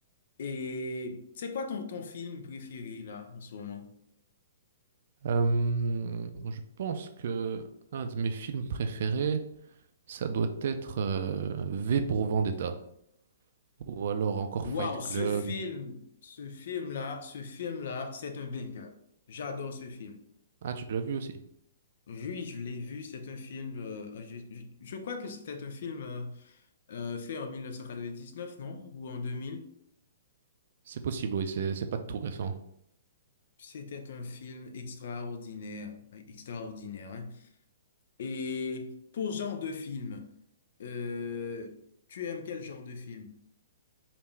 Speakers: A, on the left; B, on the right.
A: et c'est quoi ton, ton film préféré là en ce moment?
B: Euh, je pense que un de mes films préférés, ça doit être euh, V pour Vendetta, ou alors encore
A: Waouh,
B: Fight
A: ce
B: Club.
A: film, ce film là, ce film là, c'est un banger. J'adore ce film.
B: Ah, tu l'as vu aussi?
A: Oui, je l'ai vu, c'est un film, euh, je, je- je crois que c'était un film euh, euh, fait en 1999, non? Ou en 2000.
B: C'est possible, oui, c'est c'est pas tout récent.
A: C'était un film extraordinaire, euh, extraordinaire, hein. Et pour genre de film, euh, tu aimes quel genre de film?